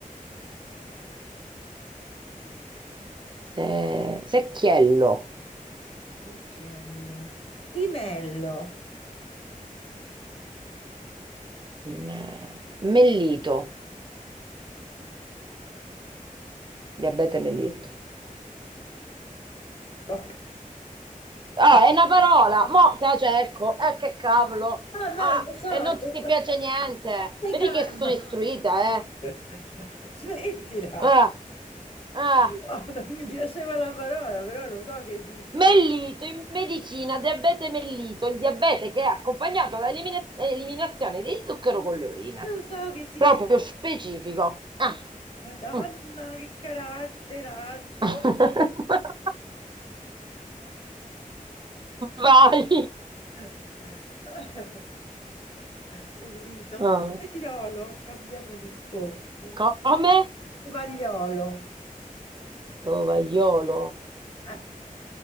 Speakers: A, on the right; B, on the left.
A: Se- secchiello,
B: secchiello, tinello.
A: Me- mellito, diabete mellito.
B: <laughs> Vabbè.
A: Ah, è una parola, mo te la cerco, eh che cavolo.
B: No, no,
A: Ah,
B: lo so,
A: e non
B: lo
A: ti
B: so.
A: piace niente.
B: Stai
A: Vedi
B: calma.
A: che sono istruita, eh.
B: <laughs> Smettila!
A: Ah, ah.
B: No, non mi piaceva la parola, però lo so che esiste.
A: Mellito in medicina, diabete mellito, il diabete che è accompagnato da elimina- eliminazione di zucchero con le urine.
B: Lo so che significa.
A: Proprio specifico. Ah.
B: Madonna,
A: mm.
B: che caratteraccio!
A: <laughs> Vai.
B: <laughs> Bellito.
A: Ah.
B: Cagliolo, cambiamo discorso.
A: Come?
B: Tovagliolo.
A: Tovagliolo.
B: Eh,